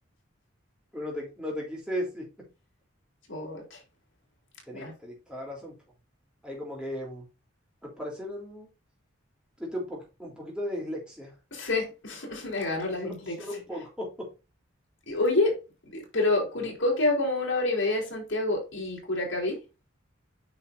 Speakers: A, in the centre; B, on the left.
A: Pero no te, no te quise decir.
B: Pucha,
A: <laughs> Tení,
B: bueno,
A: tenés toda la razón, po. Ahí como que, mm, al parecer, mm, tuviste un, po- un poquito de dislexia.
B: sí, <laughs> me ganó la
A: so-
B: dislexia.
A: solo un poco. <laughs>
B: Y, oye, pero Curicó
A: Dime.
B: queda como una hora y media de Santiago y Curacaví.